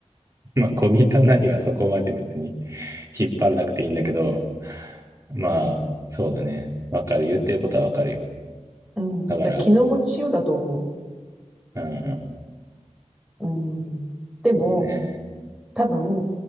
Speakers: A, on the right; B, in the centre.
A: まあ、小汚いはそこまで別に <laughs> 引っ張らなくていいんだけど、まあ、そうだね。わかる。言ってることはわかるよ。
B: うん。
A: だから、
B: だから気の持ちようだと思
A: うん、
B: う。うん。でも、
A: そうだね。
B: 多分、